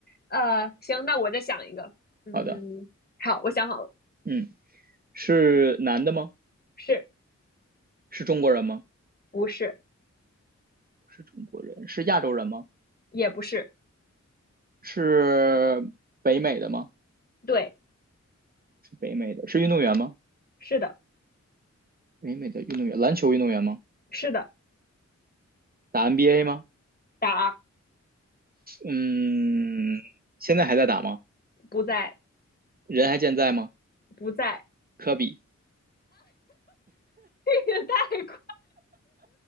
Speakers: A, on the left; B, on the right.
A: 呃，行，那我再想一个。嗯，
B: 好的，
A: 好，我想好了，
B: 嗯，是男的吗？
A: 是
B: 是中国人吗？
A: 不是？
B: 不是中国人，是亚洲人吗？
A: 也不是，
B: 是北美的吗？
A: 对，
B: 是北美的，是运动员吗？
A: 是的，
B: 北美的运动员，篮球运动员吗？
A: 是的，
B: 打 NBA 吗？
A: 答，
B: 嗯，现在还在打吗？
A: 不在，
B: 人还健在吗？
A: 不在，
B: 科比，
A: <laughs> 也太快